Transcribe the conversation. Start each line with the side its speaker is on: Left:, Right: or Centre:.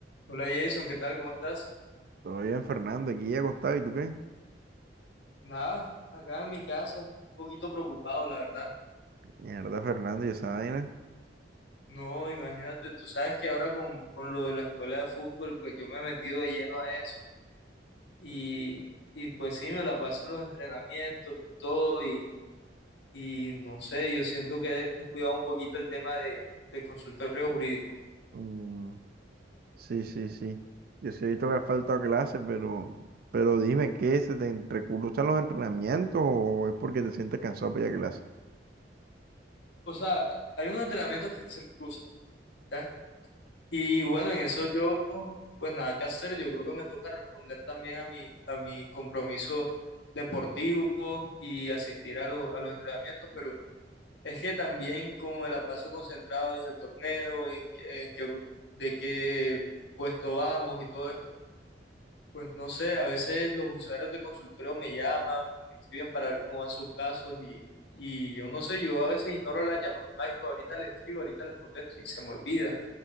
Left: Hola Jason, ¿qué tal? ¿Cómo estás?
Right: Todo bien, Fernando. Aquí ya acostado. ¿Y tú qué?
Left: Nada, acá en mi casa, un poquito preocupado, la verdad.
Right: Mierda, Fernando, ¿y esa vaina?
Left: No, imagínate, tú sabes que ahora con, con lo de la escuela de fútbol, pues yo me he metido de lleno a eso y, y pues sí, me la paso en los entrenamientos, en todo y, y no sé, yo siento que he descuidado un poquito el tema de, de consultorio jurídico.
Right: Mm, sí, sí, sí. Yo sí he visto que has faltado a clase, pero, pero dime, ¿qué? ¿Se te entrecruzan los entrenamientos o es porque te sientes cansado para ir a clase?
Left: O sea, hay unos entrenamientos que se me cruzan. ¿ya? Y bueno, en eso yo, pues nada que hacer. Yo creo que me toca responder también a mi, a mi compromiso deportivo y asistir a, lo- a los entrenamientos, pero es que también como me la paso concentrado en el torneo, en, qué- en qué- de qué puesto vamos y todo esto, pues no sé, a veces los usuarios de consultorio me llaman, me escriben para ver cómo van sus casos y, y yo no sé, yo a veces ignoro las llamadas y digo, ahorita les escribo, ahorita les contesto y se me olvida.